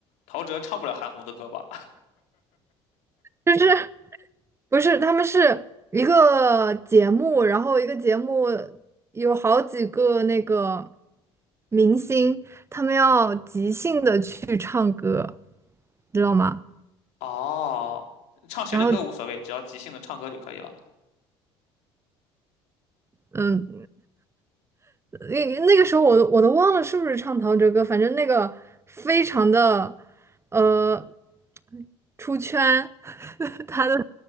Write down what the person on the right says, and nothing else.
就是不是他们是一个节目，然后一个节目有好几个那个明星，他们要即兴的去唱歌，知道吗？
然后
嗯，那那个时候我都我都忘了是不是唱陶喆歌，反正那个非常的呃出圈，<laughs> 他的